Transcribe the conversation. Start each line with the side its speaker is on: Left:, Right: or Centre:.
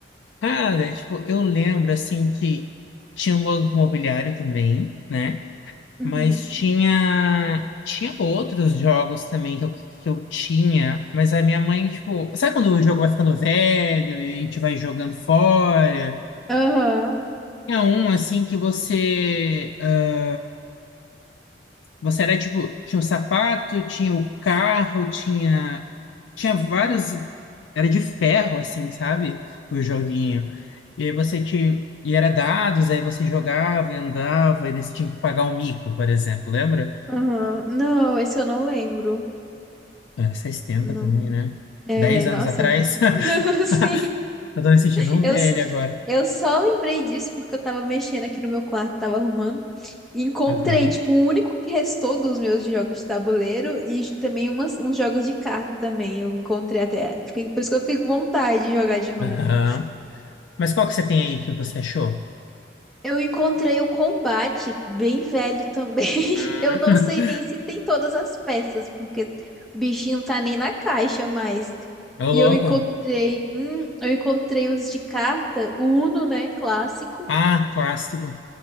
Left: Cara, tipo, eu lembro assim que tinha um banco imobiliário também, né?
Centre: Uhum.
Left: Mas tinha tinha outros jogos também que eu, que eu tinha, mas a minha mãe, tipo, sabe quando o jogo vai ficando velho e a gente vai jogando fora?
Centre: Aham,
Left: Tinha um assim que você ah, você era tipo, tinha o sapato, tinha o carro, tinha tinha vários era de ferro assim, sabe? O joguinho. E aí você te e era dados, aí você jogava e andava e daí você tinha que pagar um mico, por exemplo, lembra?
Centre: aham. Não, esse eu não lembro.
Left: Ah, Faz tempo
Centre: Não.
Left: também, né?
Centre: É,
Left: Dez anos
Centre: nossa.
Left: atrás. <laughs>
Centre: <laughs> Sim.
Left: Eu tô me sentindo um
Centre: Eu,
Left: velho
Centre: s-
Left: agora.
Centre: eu só lembrei disso porque eu tava mexendo aqui no meu quarto, tava arrumando. E encontrei,
Left: Aham.
Centre: tipo, o único que restou dos meus de jogos de tabuleiro e j- também umas, uns jogos de carta também. Eu encontrei até. Fiquei, por isso que eu fiquei com vontade de jogar de novo.
Left: Aham. Mas qual que você tem aí que você achou?
Centre: Eu encontrei o combate, bem velho também. <laughs>
Left: Hum.
Centre: Eu não sei
Left: <laughs>
Centre: nem se tem todas as peças, porque o bichinho não tá nem na caixa mais.
Left: Ô, louco.
Centre: E eu encontrei, hum, eu encontrei os de carta, o Uno, né, clássico.
Left: Ah, clássico.